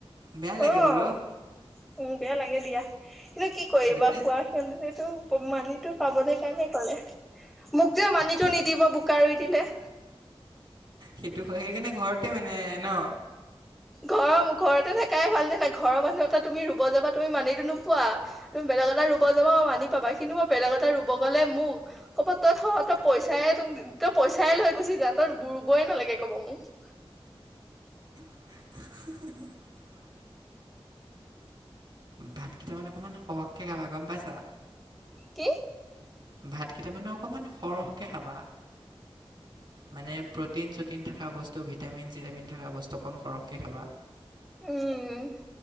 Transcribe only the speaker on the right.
বেয়া লাগে
বোলো।
সেইটো কাৰণে
তে
সেইটো হয়, সেইকাৰণে ঘৰতে মানে ন।
<unintelligible> ভাতকেইটা মানে অকনমান সৰহকে খাবা গম পাইছা।
ভাতকেইটা মানে অকমান সৰহকে খাবা। মানে প্ৰটিন চটিন থকা বস্তু, ভিটামিন চিটামিন থকা বস্তু। ত' অকণ সৰহকে খাবা।